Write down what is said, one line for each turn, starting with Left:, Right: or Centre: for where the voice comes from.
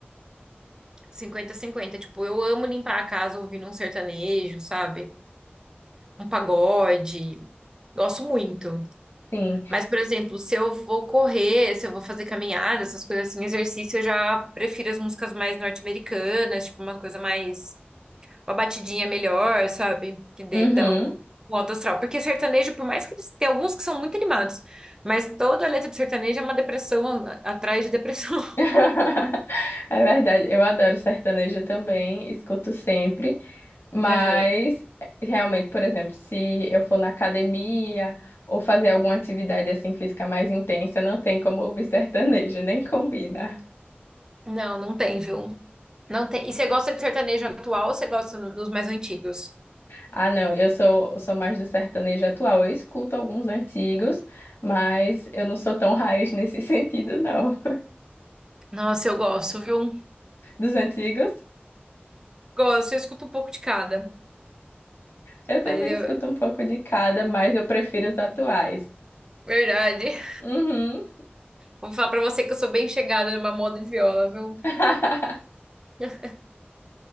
Right: 50 cinquenta Tipo, eu amo limpar a casa ouvindo um sertanejo, sabe? Um pagode. Gosto muito.
Left: Sim.
Right: Mas, por exemplo, se eu vou correr, se eu vou fazer caminhada, essas coisas assim, exercício, eu já prefiro as músicas mais norte-americanas, tipo uma coisa mais, uma batidinha melhor, sabe? Que dê,
Left: Uhum.
Right: dá um um alto astral. Porque sertanejo, por mais que eles tem alguns que são muito animados, mas toda a letra de sertanejo é uma depressão a- atrás de depressão.
Left: <laughs> É verdade. Eu adoro sertanejo também, escuto sempre. Mas,
Right: <laughs> Aham.
Left: realmente, por exemplo, se eu for na academia ou fazer alguma atividade assim física mais intensa, não tem como ouvir sertanejo, <laughs> nem combina.
Right: Não, não tem, viu? Não tem. E você gosta de sertanejo atual ou você gosta dos mais antigos?
Left: Ah, não, eu sou, eu sou mais do sertanejo atual. Eu escuto alguns antigos, mas eu não sou tão raiz nesse <laughs> sentido, não.
Right: Nossa, eu gosto, viu?
Left: Dos antigos,
Right: Gosto, eu escuto um pouco de cada.
Left: eu também
Right: Mas eu...
Left: escuto um pouco de cada, mas eu prefiro os atuais.
Right: Verdade.
Left: Uhum.
Right: Vou falar pra você que eu sou bem chegada numa moda de viola, viu?
Left: <laughs>
Right: <laughs>